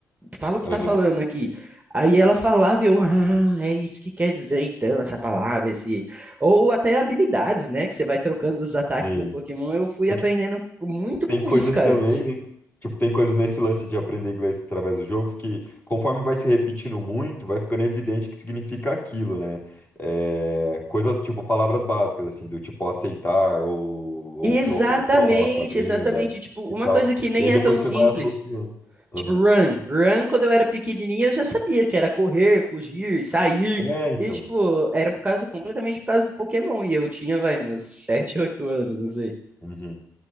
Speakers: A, on the right; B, on the left.
A: Fala o
B: aham,
A: que tá falando aqui. Aí ela falava, e eu, ah, é isso que quer dizer então, essa palavra, esse. Ou até habilidades, né? Que você vai trocando os ataques
B: sim.
A: do Pokémon. Eu fui
B: É
A: aprendendo muito
B: Tem
A: com
B: coisas
A: isso, cara.
B: também, né? Tipo, tem coisas nesse lance de aprender inglês através dos jogos que, conforme vai se repetindo muito, vai ficando evidente que significa aquilo, né? É, coisas tipo palavras básicas, assim, do tipo aceitar ou, ou,
A: Exatamente,
B: tro- ou troca, venda
A: exatamente. Tipo,
B: e
A: uma
B: tal.
A: coisa que nem
B: E aí
A: é
B: depois
A: tão simples.
B: você vai associando. Aham.
A: Tipo, run. Run, quando eu era pequenininha, eu já sabia que era correr, fugir, sair.
B: É, então.
A: E, tipo, era por causa, completamente por causa do Pokémon. E eu tinha, vai, meus 7, 8 anos, não sei.
B: Uhum,